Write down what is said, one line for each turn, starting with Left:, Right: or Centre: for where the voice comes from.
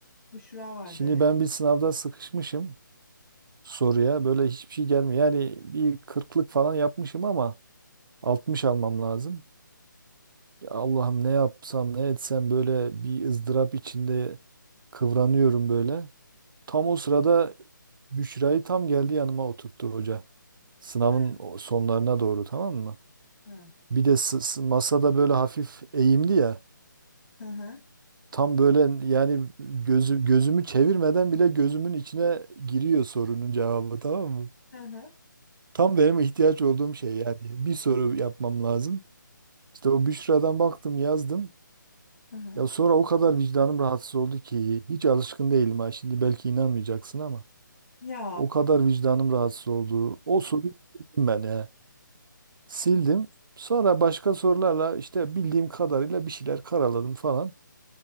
Left: Büşra vardı
Right: Şimdi
Left: evet.
Right: ben bir sınavda sıkışmışım soruya böyle hiçbir şey gelmiyor. Yani bir kırklık falan yapmışım ama 60 almam lazım. Ya Allah'ım ne yapsam ne etsem böyle bir ızdırap içinde kıvranıyorum böyle. Tam o sırada Büşra'yı tam geldi yanıma oturttu hoca. Sınavın
Left: Ha,
Right: o- sonlarına doğru tamam mı?
Left: ha,
Right: Bir de s- s- masada böyle hafif eğimli ya.
Left: hı hı.
Right: Tam böyle yani gözü, gözümü çevirmeden bile gözümün içine giriyor sorunun cevabı tamam mı?
Left: Hı hı,
Right: Tam benim ihtiyaç olduğum şey yani. Bir soru yapmam lazım. İşte o Büşra'dan baktım yazdım.
Left: hı hı.
Right: Ya sonra o kadar vicdanım rahatsız oldu ki hiç alışkın değilim ha. Şimdi belki inanmayacaksın ama
Left: Ya,
Right: o kadar vicdanım rahatsız oldu. O soruyu sildim ben ya. Sildim. Sonra başka sorularla işte bildiğim kadarıyla bir şeyler karaladım falan.